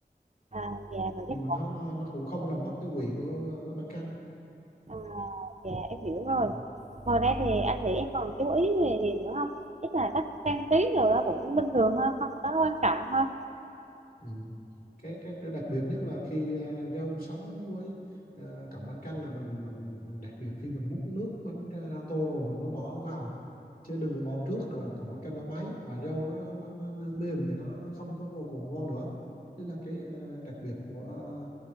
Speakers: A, on the right; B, on the left.
A: à, dạ rồi
B: nhưng
A: chắc
B: mà nó nó cũng không làm mất cái vị của ờ, bánh canh
A: À, dạ em hiểu rồi.
B: Ừ.
A: Ngoài ra thì anh nghĩ em còn chú ý về gì nữa không? Chắc là cách trang trí rồi đó cũng bình thường thôi, không có quan trọng hơn.
B: Ừ. Cái, cái cái đặc biệt nhất là khi ờ, rau sống với ờ, cọng bánh canh là mình mình mình đặc biệt khi mình múc nước bánh ra, ra tô rồi mình mới bỏ vào chứ đừng có bỏ trước là cọng bánh canh nó báy và rau nó nó, nó, nó mềm thì nó, nó không có đồ còn ngon nữa đây là cái ờ, đặc biệt của ờ,